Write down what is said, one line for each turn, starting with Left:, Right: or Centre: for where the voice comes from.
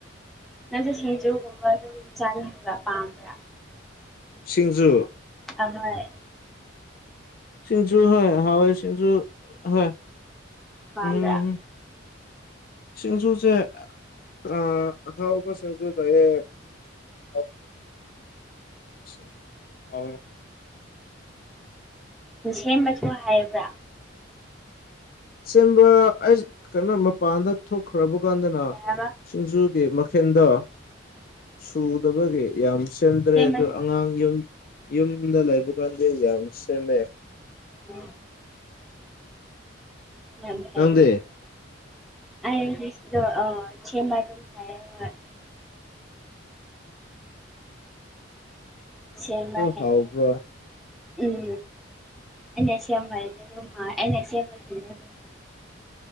Centre: ꯅꯪꯁꯨ ꯁꯤꯡꯖꯨ ꯒꯨꯝꯕꯗꯨꯝ ꯆꯥꯅꯤꯡꯕ꯭ꯔꯥ ꯄꯥꯝꯕ꯭ꯔꯥ
Left: ꯁꯤꯡꯖꯨ
Centre: ꯑꯍꯣꯏ
Left: ꯁꯤꯡꯖꯨ ꯍꯣꯏ ꯍꯥꯎꯋꯦ ꯁꯤꯡꯖꯨ ꯍꯣꯏ
Centre: ꯄꯥꯝꯕ꯭ꯔꯥ
Left: ꯎꯝ ꯁꯤꯡꯖꯨꯁꯦ ꯑ ꯑꯍꯥꯎꯕ ꯁꯤꯡꯖꯨ ꯂꯩꯌꯦ ꯍꯥꯎꯇꯕ <unintelligible> ꯍꯥꯎꯋꯦ
Centre: ꯑꯣ ꯁꯦꯝꯕꯁꯨ ꯍꯥꯏꯕ꯭ꯔꯥ
Left: ꯁꯦꯝꯕ ꯑꯩꯁ ꯀꯩꯅꯣ ꯃꯄꯥꯟꯗ ꯊꯣꯛꯈ꯭ꯔꯥꯕ ꯀꯥꯟꯗꯅ
Centre: ꯀꯩ ꯍꯥꯏꯕ
Left: ꯁꯤꯡꯖꯨꯒꯤ ꯃꯈꯦꯟꯗꯣ ꯁꯨꯗꯕꯒꯤ ꯌꯥꯝ ꯁꯦꯝ ꯇ꯭ꯥꯔꯦ
Centre: ꯁꯦꯝꯕ
Left: ꯑꯗꯣ ꯑꯉꯥꯡ ꯌꯨꯝ ꯌꯨꯝꯗ ꯂꯩꯕ ꯀꯥꯟꯗꯤ ꯌꯥꯝ ꯁꯦꯝꯃꯦ
Centre: ꯎꯝ ꯫ ꯌꯥꯝ ꯍꯩꯕꯅꯤ
Left: ꯅꯪꯗꯤ
Centre: ꯑꯩꯗꯣ ꯑꯧ ꯁꯦꯝꯕꯗꯨꯝ ꯍꯩꯌꯦ ꯍꯣꯏ ꯁꯦꯝꯕ
Left: ꯑꯗꯨ
Centre: ꯍꯩꯌꯦ
Left: ꯍꯥꯎꯕ꯭ꯔꯣ
Centre: ꯎꯝ ꯑꯩꯅ ꯁꯦꯝꯕ ꯍꯩꯔꯗꯤ ꯑꯗꯨꯝ ꯍꯣꯏ ꯑꯩꯅ ꯁꯦꯝꯕꯗꯤꯅꯦ ꯑꯗꯨꯝ ꯍꯥꯎꯋꯦ